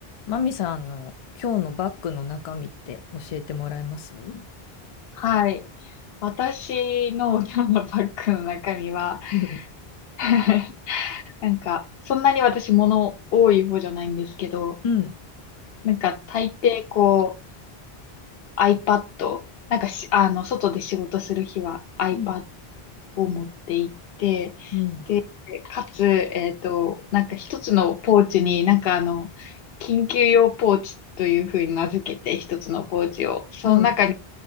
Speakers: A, on the left; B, on the left.
A: マミさんの今日のバッグの中身って教えてもらえます
B: はい。私の <laughs> 今日のバッグの中身は
A: うん。
B: <laughs> なんか、そんなに私物多い方じゃないんですけど、
A: うん、
B: なんか大抵こう iPad、なんかし、あの、外で仕事する日は iPad
A: うん。
B: を持って行って、
A: うん。
B: でかつ、えっと、なんか一つのポーチになんかあの、緊急用ポーチというふうに名付けて一つのポーチを、その中に
A: うん。